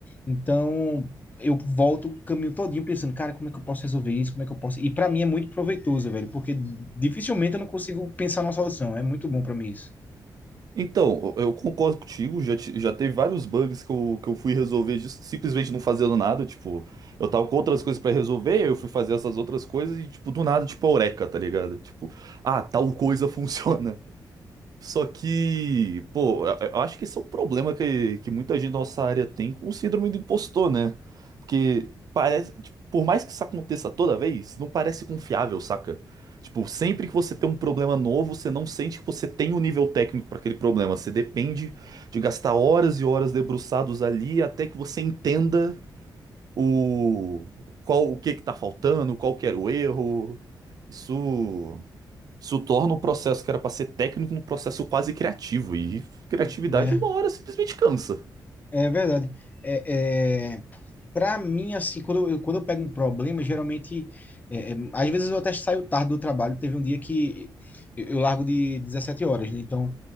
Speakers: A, on the left; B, on the right.
A: Então, eu volto o caminho todinho pensando, cara, como é que eu posso resolver isso? Como é que eu posso? E para mim é muito proveitoso, velho, porque dificilmente eu não consigo pensar numa solução. É muito bom para mim isso,
B: Então, eu eu concordo contigo, já, ti- já teve vários bugs que eu, que eu fui resolver just- simplesmente não fazendo nada, tipo, eu tava com outras coisas pra resolver, eu fui fazer essas outras coisas e, tipo, do nada, tipo, eureka, tá ligado? Tipo, ah, tal coisa <laughs> funciona. Só que, pô, eu eu acho que esse é um problema que, que muita gente da nossa área tem com o síndrome do impostor, né? Porque parece, tipo, por mais que isso aconteça toda vez, não parece confiável, saca? Tipo, sempre que você tem um problema novo, você não sente que você tem o nível técnico para aquele problema. Você depende de gastar horas e horas debruçados ali até que você entenda o qual o que que tá faltando, qual que era o erro. Isso. Isso torna um processo que era pra ser técnico um processo quase criativo. E criatividade,
A: né?
B: uma hora, simplesmente cansa.
A: É verdade. É, é... Para mim, assim, quando eu, quando eu pego um problema, geralmente, é, é, às vezes eu até saio tarde do trabalho. Teve um dia que eu, eu largo de 17 horas, né? Então,